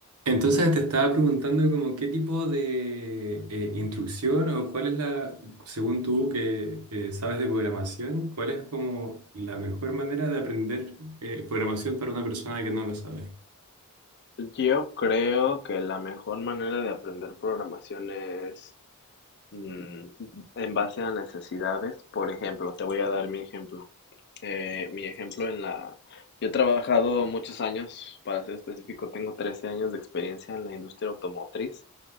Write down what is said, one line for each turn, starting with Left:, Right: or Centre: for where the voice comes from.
Right: Entonces te estaba preguntando como qué tipo de eh, instrucción o cuál es la, según tú que eh, sabes de programación, cuál es como la mejor manera de aprender eh, programación para una persona que no lo sabe.
Left: Yo creo que la mejor manera de aprender programación es mm, en base a necesidades. Por ejemplo, te voy a dar mi ejemplo. Eh, mi ejemplo en la... Yo he trabajado muchos años, para ser específico, tengo 13 años de experiencia en la industria automotriz